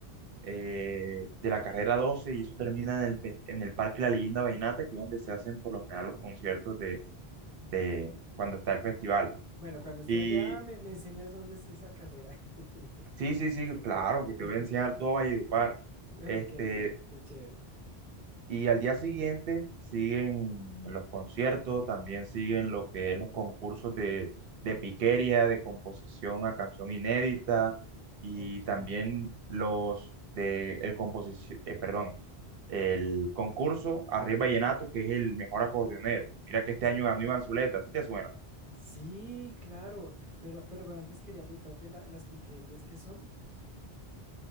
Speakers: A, on the right; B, on the right.
A: eh, de la carrera 12 y eso termina en el, fe- en el Parque La Leyenda Vallenata, que es donde se hacen por lo general
B: Ah,
A: los conciertos de, de cuando está el festival.
B: bueno, cuando esté
A: Y
B: allá me, me enseñas dónde es esa carrera. <laughs>
A: sí, sí, sí,
B: Sí.
A: claro,
B: eh.
A: que
B: <laughs>
A: te voy a enseñar todo Valledupar.
B: Uy,
A: Este,
B: qué bien, qué chévere.
A: Y al día siguiente siguen los conciertos, también siguen lo que es los concursos de, de piquería, de composición a canción inédita y
B: Ok.
A: también los de el composición, perdón, el concurso Arriba Vallenato, que es el mejor acordeonero. Mira que este
B: Sí.
A: año ganó Iván Zuleta, ¿sí te suena?
B: Sí, claro. Pero, pero, pero antes quería preguntarte la- las piquerías que son.